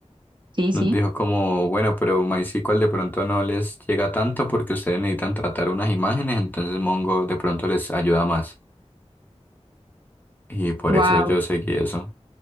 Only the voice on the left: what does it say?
nos
dijo como, bueno, pero MySQL de pronto no les llega tanto porque ustedes necesitan tratar unas imágenes, entonces Mongo de pronto les ayuda más. Y por
eso yo seguí eso.